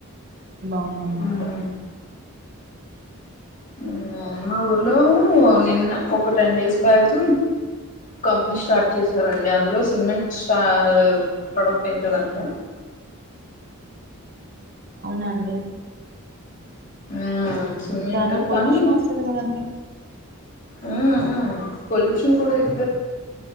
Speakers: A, on the right; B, on the left.
A: బాగుంది అనమాట
B: మ్మ్. మ్మ్. మా ఊర్లో నిన్న ఒక ten days back company start చేసారండి. అందులో సిమెంట్ స్టా ప్రొడక్ట్ అయితదంట.
A: అవున అండి
B: ఆ సిమెంట్
A: దానివల్ల
B: కానీ
A: పొల్యూషన్ వస్తది కదండి
B: ఉ ఊ పొల్లుషన్ కూడ ఎక్